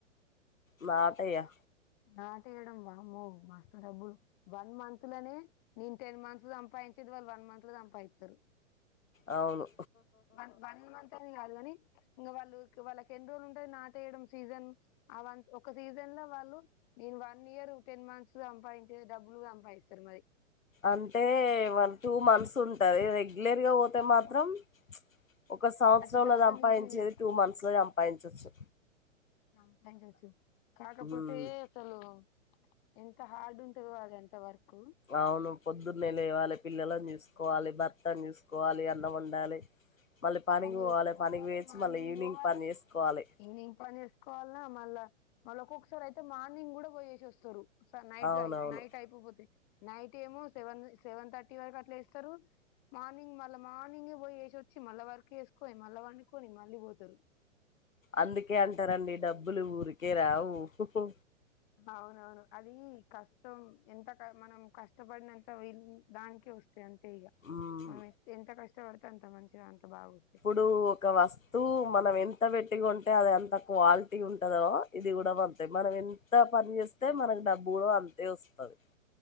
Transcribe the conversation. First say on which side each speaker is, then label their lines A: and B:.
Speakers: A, on the left; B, on the left.
A: మా పైయా
B: నాటేయడం వామ్మో మస్తు డబ్బులు వన్ మంత్ లనే నేన్ టెన్ మంత్స్ సంపాయిచేది వాళ్ళు వన్ మంత్ ల సంపాయిత్తరు
A: అవును
B: వన్ వన్ మంతనీ గాదు గనీ ఇంగ వాళ్ళు క్ వాళ్ళకెన్న్ రోజులుంటది నాటేయడం సీజన్ అ వన్ ఒక సీజన్ ల వాళ్ళు నేను వన్ ఇయరూ టెన్ మంత్స్ సంపాయించే డబ్బులు సంపాయిస్తరు మరి
A: అంటే వన్ టూ మంత్స్ ఉంటదీ రెగ్యులర్గా వోతే మాత్రం ప్చ్ ఒక సంవత్సరం
B: థర్టీ థౌజండ్
A: ల సంపాదించేది
B: ఈజీ చేసుకోవచ్చు
A: టూ మంత్స్ ల సంపాదించొచ్చు
B: సంపాయించోచ్చు కాకపోతే
A: ఉమ్
B: సోలు ఎంత హార్డ్ ఉంటదో అదంత వర్క్
A: ఔను పొద్దున్నే లేవాలే పిల్లలన్ జూస్కోవాలి భర్తన్ జూస్కోవాలి అన్నం ఒండాలి మళ్ళీ పనిక్
B: పని
A: వోవాలె
B: చేసుకోవాలి
A: పనిక్ వోయోచ్చి
B: మార్నింగ్
A: మళ్ళీ ఈవినింగ్
B: పోవాలి
A: పన్ చేసుకోవాలి
B: ఈవినింగ్ పన్ చేస్ కోల్నా మళ్ళా మళ్ళోక్కొక్కసారైతే మార్నింగ్ గుడ బోయేసోస్తరూ స నైట్
A: అవునవును
B: దై నైట్ ఐపో పోతే నైట్ ఏమో సెవన్ సెవన్ థట్ ట్టీ వరక్ అట్ల ఏస్తరు మార్నింగ్ మళ్ళా మార్నింగ్ ఏ బోయ్ ఏసోచ్చి మళ్ళా వర్ కేస్కోని మళ్ళ వండుకొని మళ్ళీ పోతరు
A: అందుకే అంటరండీ డబ్బులూ ఊరికే రావు హు హూ
B: ఔనవును అదీ కష్టం ఎంతక మనం కష్ ష్టపడినంత విన్ దాన్ కే వస్తే అంతే ఈగ
A: ఉమ్
B: మనం ఎత్ ఎంత కష్టపడితే అంత మంచిగా అంత బాగోస్తయ్
A: డూ ఒక వస్తువు మనం ఎంత వెట్టి కొంటె అది అంత క్వాలిటీ ఉంటదో ఇది గూడా వంతే మనం ఎంత పన్ చేస్తే మనక్ డబ్బు కూడా అంతే ఒస్తాది